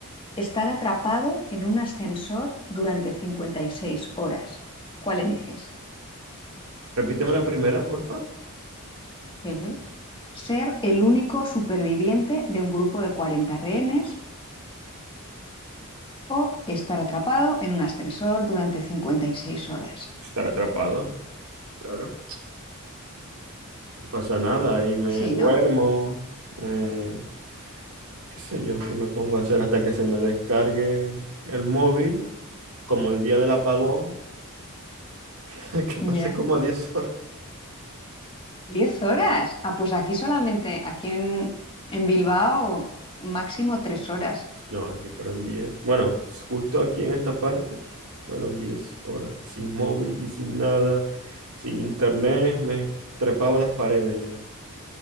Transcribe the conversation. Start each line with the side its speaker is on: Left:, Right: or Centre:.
Left: estar atrapado en un ascensor durante 56 horas? ¿Cuál eliges?
Right: Repíteme la primera, porfa.
Left: Ujú. ser el único superviviente de un grupo de 40 rehenes o estar atrapado en un ascensor durante 56 horas.
Right: Estar atrapado. Claro. No pasa nada. Ahí me
Left: Sí,
Right: duermo.
Left: ¿no?
Right: eh, qué sé yo, qué me pongo a hacer hasta que se me descargue el móvil. Como el día del apagón. <laughs> Que pasé
Left: Ya.
Right: como 10 horas.
Left: diez horas? Ah, pues aquí solamente, aquí en, en Bilbao, máximo 3 horas.
Right: No, aquí fueron diez Bueno, justo aquí en esta parte fueron 10 horas, sin móvil y sin nada, sin internet, me trepaba a las paredes ya.